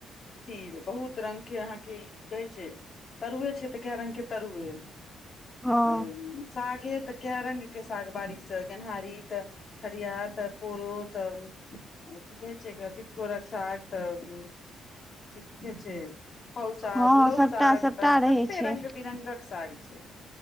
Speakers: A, on the left; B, in the centre.
A: खीर बहुत रंग के अहाँके ई की कहै छै तरुए छै तऽ कए रंग के तरुए
B: हँ
A: अ सागे तऽ कै रंगके साग बारि से गेनहारी तऽ ठरिया तऽ पोरो तऽ की कहै छै एकरा तिलकोरक साग तऽ त कहै छै हउ साग
B: हँ
A: लौ
B: सबटा
A: साग
B: सबटा
A: त
B: रहै
A: कते
B: छै
A: रंग बिरंगक साग छै